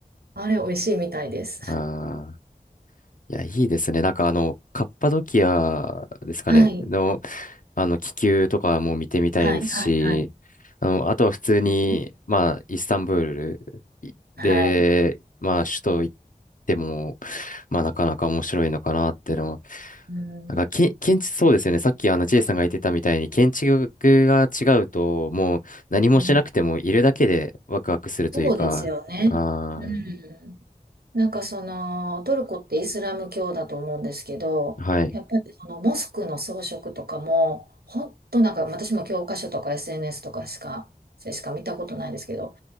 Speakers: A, on the right; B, on the left.
A: あれ、美味しいみたいです。
B: ああ、いや、いいですね。なんかあの、カッパドキアですかね、
A: はい。
B: の、あの、気球とかも見てみたいですし、
A: はい、はい、はい。
B: あの、あとは普通に、
A: ね
B: まあ、イスタンブールいで、
A: はい。
B: まあ、首都行っても、まあ、なかなか面白いのかなっていうのは
A: うん、
B: なんか、け、建築、そうですよね。さっきあの J さんが言ってたみたいに、建築が違うと、もう何もしなくてもいるだけでワクワクするというか、
A: うんそうですよね。
B: あ
A: うん。なんかそのトルコってイスラム教だと思うんですけど、
B: あ、はい。
A: やっぱりそのモスクの装飾とかも、ほんとなんか私も教科書とか SNS とかしか、しか見たことないですけど、